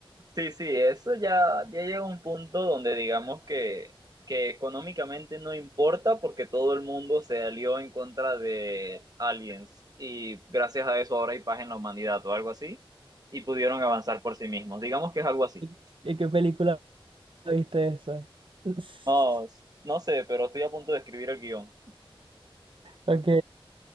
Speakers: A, on the right (about 40°); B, on the right (about 60°).
A: Sí, sí, eso ya, ya llega a un punto donde digamos que, que económicamente no importa porque todo el mundo se alió en contra de aliens y gracias a eso ahora hay paz en la humanidad o algo así y pudieron avanzar por sí mismos. Digamos que es algo así.
B: ¿Y, y qué película viste eso? <laughs>
A: No, s- no sé, pero estoy a punto de escribir el guión.
B: Ok,